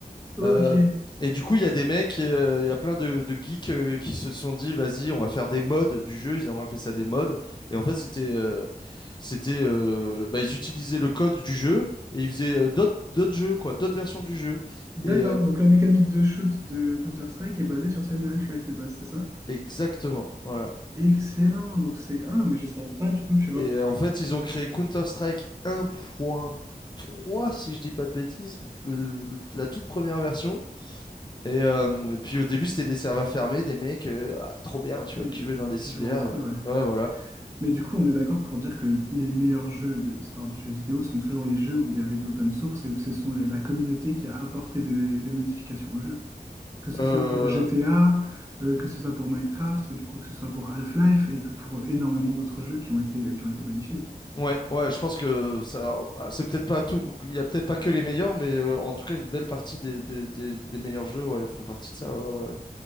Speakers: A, on the right; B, on the left.
A: Ok,
B: Euh, et du coup, il y a des mecs, euh, il y a plein de, de geeks euh, qui se sont dit, vas-y, on va faire des modes du jeu. Ils ont appelé ça des modes. Et en fait, c'était, euh, c'était, euh, bah, ils utilisaient le code du jeu et ils faisaient euh, d'autres, d'autres jeux, quoi, d'autres versions du jeu.
A: d'accord.
B: Et euh,
A: Donc la mécanique de shoot de Counter-Strike est basée sur celle de Half-Life de base, c'est ça?
B: exactement, voilà.
A: Excellent. Donc c'est... Ah, mais je savais pas du tout, tu vois,
B: Et euh, en fait, ils ont créé Counter-Strike un point trois, si je dis pas de bêtises, le- le- la toute première version. Et, euh, et puis au début, c'était des serveurs fermés, des mecs, euh, ah, trop bien, tu
A: qui,
B: vois, qui jouaient dans des cyber.
A: qui jouent entre
B: euh,
A: eux, ouais.
B: ouais, voilà.
A: Mais du coup, on est d'accord pour dire que les meilleurs jeux de l'histoire du jeu vidéo sont toujours les jeux où il y avait de l'open source et où ce sont les- la communauté qui a apporté des, des modifications au jeu. Que ce
B: Euh,
A: soit pour GTA, euh, que ce soit pour Minecraft, du coup, que ce soit pour Half-Life et que pour énormément d'autres jeux qui ont été, euh, qui ont été modifiés.
B: ouais, ouais, je pense que ça, bah, c'est peut-être pas tout. Il y a peut-être pas que les meilleurs, mais euh, en tout cas, une belle partie des, des, des- des meilleurs jeux, ouais, font partie de ça. Ouais, ouais,